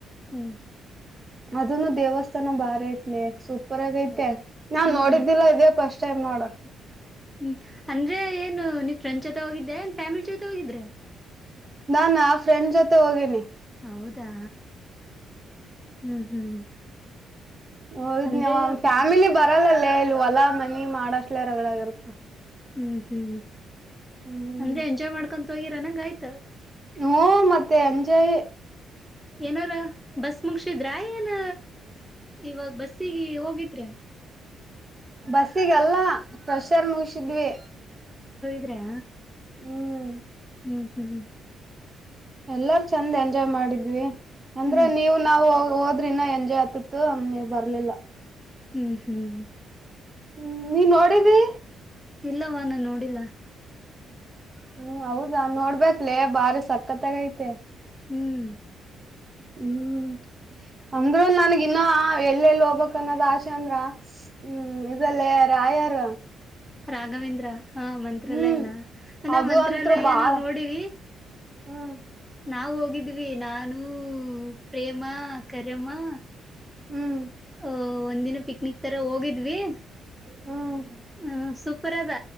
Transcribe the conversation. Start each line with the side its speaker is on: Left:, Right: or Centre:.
Centre: ಹ್ಮ್ಞ
Right: ಅದನ್ನು ದೇವಸ್ಥಾನ ಬಾರಿ ಐತ್ಲಿ ಸೂಪರ್ ಆಗೈತೆ. ನಾನ್
Centre: ಹ್ಮ್
Right: ನೋಡಿದ್ದಿಲ್ಲಾ ಇದ್ಯಪ್ಪ ಫಸ್ಟ್ ಟೈಮ್ ನೋಡೋ
Centre: ಹ್ಮ್ ಅಂದ್ರೆ ಏನು ನೀವ್ ಫ್ರೆಂಡ್ ಜೊತೆ ಹೋಗಿದ್ದೆನ್ ಫ್ಯಾಮಿಲಿ ಜೊತೆ ಹೋಗಿದ್ರೆ.
Right: ನಾನ್ ಆ ಫ್ರೆಂಡ್ ಜೊತೆ ಹೋಗೇನಿ.
Centre: ಹೌದಾ ಹ್ಮ್ ಹ್ಮ್.
Right: ಹೋಗಿದ್ನಿವ್ಯಾ
Centre: ಅಂದ್ರೆ
Right: ಫ್ಯಾಮಿಲಿ ಬರಲ್ಲಲ್ಲೆ. ಇಲ್ ಹೊಲಾ ಮನಿ ಮಾಡಷ್ಟಲೇ ರಗಡಗರುತ್ತ.
Centre: ಹ್ಮ್ ಹ್ಮ್
Right: ಹ್ಮ್
Centre: ಅಂದ್ರೆ ಎಂಜಾಯ್ ಮಾಡ್ಕೊ ಹೋಗಿರನಂಗ್ ಆಯ್ ತ.
Right: ಹ್ಮ್ ಮತ್ತೆ ಎಂಜಾಯ.
Centre: ಏನಾರ ಬಸ್ ಮುಗಶಿದ್ರಾ ಇ. ಏನ ಇವಾಗ ಬಸ್ಸಿಗಿ ಹೋಗಿದ್ರಾ.
Right: ಬಸ್ಸಿಗೆ ಅಲ್ಲಾ. ಕ್ರಷಾರ್ ಮುಗಿಸಿದ್ವಿ.
Centre: ದ್ರ್ಯಾ
Right: ಹ್ಮ್
Centre: ಹ್ಮ ಹ್ಮ್
Right: ಎಲ್ಲಾರು ಚಂದ ಎಂಜಾಯ್ ಮಾಡಿದ್ವಿ. ಅಂದ್ರ
Centre: ಹ್ಮ್
Right: ನೀವು ನಾವು ಹೋಗ ಹೋದ್ರ ಇನ್ನ ಎಂಜಾಯ್ ಆತಿತ್ತು ನೀವ ಬರ್ಲಿಲ್ಲಾ.
Centre: ಹ್ಮ್ ಹ್ಮ್
Right: ಹ್ಮ್ ನೀ ನೋಡದಿ
Centre: ಇಲ್ಲವಾ ನಾ ನೋಡಿಲ್ಲಾ.
Right: ಹ್ಮ್ ಹೌದನ್ ನೋಡ್ಬೇಕಕ್ಲೇ ಬಾರಿ ಸಕ್ಕತ್ತಾಗೈತೆ.
Centre: ಹ್ಮ್
Right: ಹ್ಮ್ ಅಂದ್ರು ನನ್ಗ ಇನ್ನ ಎಲ್ಲೆಲ್ಲಿ ಹೋಗ್ಬಕ್ ಅನ್ನೋದ್ ಆಸೆ ಅಂದ್ರಾ. ಹ್ಮ್ ಇದೆಲ್ಲೆ. ರಾಯಾರ.
Centre: ರಾಘವೇಂದ್ರ ಹ ಮಂತ್ರಾಲಯನ
Right: ಹ್ಮ್
Centre: ನಾವ್
Right: ಅದು
Centre: ಮಂತ್ರಾಲಯ
Right: ಅಂತ್ರು ಬಾಳ
Centre: ನಾವ ನೋಡಿ.
Right: ಹ್ಮ್
Centre: ನಾವು ಹೋಗಿದ್ವಿ ನಾನೂ ಪ್ರೇಮಾ ಕರಿಯಮ್ಮಾ.
Right: ಹ್ಮ್.
Centre: ಒ ಒಂದಿನ. ಪಿಕ್ನಿಕ್ ತರ ಹೋಗಿದ್ವಿ
Right: ಹ್ಮ್
Centre: ಹ್ಮ್ ಸೂಪರದ